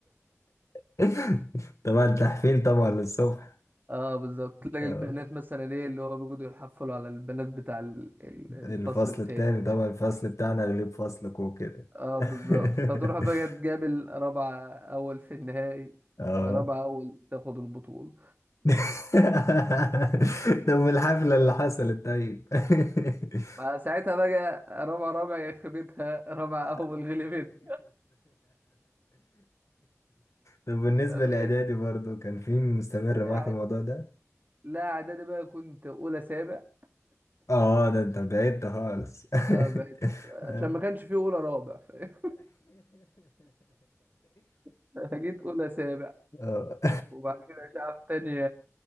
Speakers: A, on the left; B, on the right.
A: <laughs> طبعا تحفيل طبعا للصبح
B: اه بالظبط تلاقي
A: آه.
B: البنات مثلا ايه اللي هو بيقعدوا يحفلوا على البنات بتاع ال- ال- الفصل
A: الفصل
B: التاني
A: التاني طبعا
B: فاهم
A: الفصل بتاعنا غلب فصلك وكده
B: اه بالظبط
A: <laughs>
B: فتروح بقى تقابل رابعة اول في النهائي
A: اه
B: رابعة اول تاخد البطولة
A: <laughs> طب الحفلة اللي حصلت طيب <laughs>
B: فساعتها بقى رابعة رابع يخبطها رابعة
A: <laughs>
B: اول غلبت
A: طب بالنسبة
B: فبقت
A: لإعدادي برضو كان في مستمر معاك
B: قاعد
A: الموضوع ده؟
B: لا اعدادي بقى كنت اولى سابع
A: اه ده انت بعدت خالص
B: اه
A: <laughs>
B: بقيت عشان
A: اه
B: ما كانش فيه اولى رابع فاهم؟ <laughs> جيت اولى سابع
A: آه.
B: وبعد كده مش عارف تانية